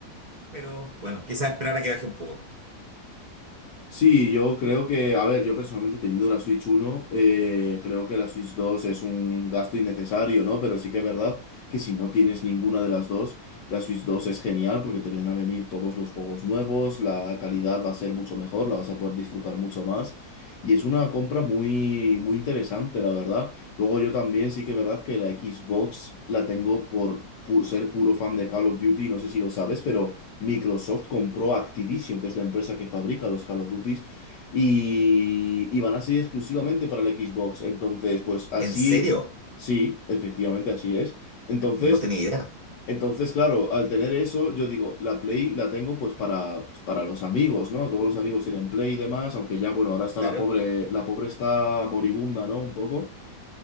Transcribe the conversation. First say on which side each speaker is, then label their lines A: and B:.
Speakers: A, on the right (about 60°); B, on the left (about 75°).
A: pero bueno, quizás esperar a que baje un poco.
B: Sí, yo creo que, a ver, yo personalmente teniendo la Switch uno, eh, creo que la Switch 2 es un gasto innecesario, ¿no? Pero sí que es verdad que si no tienes ninguna de las dos, la Switch 2 es genial porque te vienen a venir todos los juegos nuevos, la calidad va a ser mucho mejor, la vas a poder disfrutar mucho más. Y es una compra muy, muy interesante, la verdad. Luego yo también sí que es verdad que la Xbox la tengo por pu- ser puro fan de Call of Duty, no sé si lo sabes, pero... Microsoft compró Activision, que es la empresa que fabrica los Call of Duty, y, y van a ser exclusivamente para el Xbox. Entonces, pues así,
A: ¿En serio?
B: sí, efectivamente así es. Entonces,
A: No tenía idea.
B: entonces, claro, al tener eso, yo digo, la Play la tengo pues para, pues, para los amigos, ¿no? Todos los amigos tienen Play y demás, aunque ya, bueno, ahora está
A: Claro.
B: la pobre, la pobre está moribunda, ¿no? Un poco.